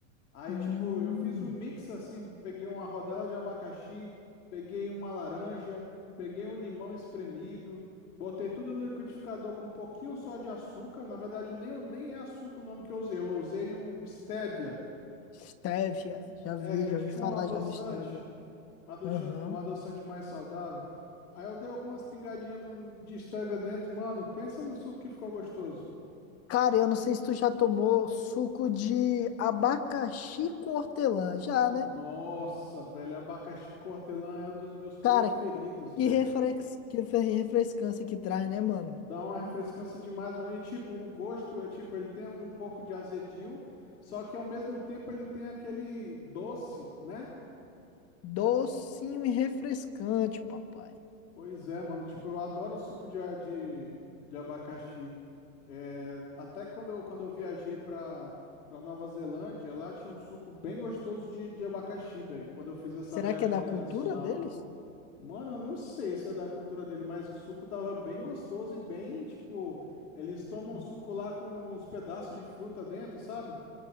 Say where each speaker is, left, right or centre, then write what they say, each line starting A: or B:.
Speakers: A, on the left (about 85°); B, on the left (about 35°).
A: Aí,
B: Hum,
A: tipo, eu fiz um mix assim, peguei uma rodela de abacaxi, peguei uma laranja, peguei um limão espremido, botei tudo no liquidificador com um pouquinho só de açúcar. Na verdade, nem, nem é açúcar o nome que eu usei, eu usei o stevia,
B: stevia. Já
A: é,
B: vi,
A: que
B: já
A: é tipo
B: vi falar
A: um adoçante,
B: já do stevia.
A: um adoçante,
B: Aham.
A: um adoçante mais saudável. Aí eu dei algumas pingadinhas no- de stevia dentro, mano, pensa no suco que ficou gostoso.
B: Cara, eu não sei se tu já tomou suco de abacaxi com hortelã, já,
A: Nossa,
B: né?
A: velho, abacaxi hortelã é um dos meus preferidos,
B: Cara,
A: velho.
B: Que refrex... que fe- refrescância que traz, né, mano?
A: Dá uma refrescância demais, mano. E tipo, o gosto é tipo, ele tem um pouco de azedinho, só que ao mesmo tempo ele tem aquele doce, né?
B: Docinho e refrescante, papai.
A: Pois é, mano. Tipo, eu adoro o suco de, a- de, de abacaxi. É, até quando eu, quando eu viajei pra, pra Nova Zelândia, lá tinha um suco bem gostoso de, de abacaxi, velho. Quando eu fiz essa
B: Será
A: viagem
B: que é da
A: internacional.
B: cultura deles?
A: Mano, eu não sei se é da cultura dele, mas o suco tava bem gostoso e bem, tipo, eles tomam
B: Hum.
A: suco lá com uns pedaços de fruta dentro, sabe?